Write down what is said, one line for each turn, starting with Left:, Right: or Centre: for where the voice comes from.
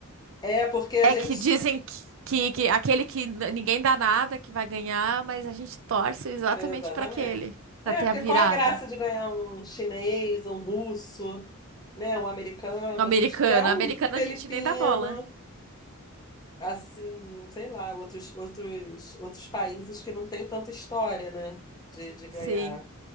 Left: É porque a
Right: É
Left: gente.
Right: que dizem que, que, que aquele que n- ninguém dá nada que vai ganhar, mas a gente torce exatamente
Left: Exatamente.
Right: para aquele, para
Left: É,
Right: ter
Left: porque
Right: a virada.
Left: qual é a graça de ganhar um chinês, um russo, né? Um americano?
Right: No americano.
Left: A gente quer
Right: No
Left: um
Right: americano
Left: filipino.
Right: a gente nem dá bola.
Left: assim, sei lá, outros, outros, outros países que não têm tanta história, né, de, de ganhar.
Right: Sim.